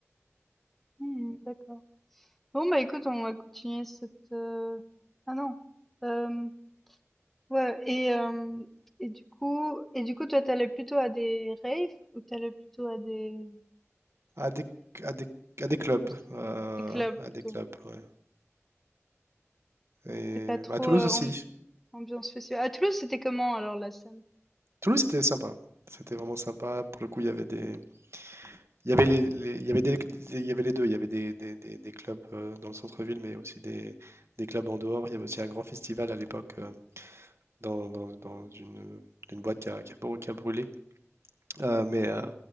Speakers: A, in the centre; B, on the right.
A: Hmm, d'accord. Bon bah écoute, on va continuer cette. euh, Ah non. Euh, ouais. Et euh, et du coup et du coup, toi, t'allais plutôt à des raves ou t'allais plutôt à des
B: À des, à des, à des clubs.
A: cons-
B: euh,
A: des clubs
B: à
A: plutôt?
B: des clubs, ouais. Et
A: T'es pas trop.
B: bah, à Toulouse
A: euh,
B: aussi.
A: amb- Ambiance festive. À Toulouse, c'était comment alors la scène?
B: Toulouse, c'était sympa. C'était vraiment sympa. Pour le coup, il y avait des. Il y avait les, les- il y avait des, des- il y avait les deux. Il y avait des, des, des- des clubs euh, dans le centre-ville, mais aussi des, des clubs en dehors. Il y avait aussi un grand festival à l'époque. euh, dans, dans, dans une, une boîte qui a, qui a brû- qui a brûlé. Euh, mais euh,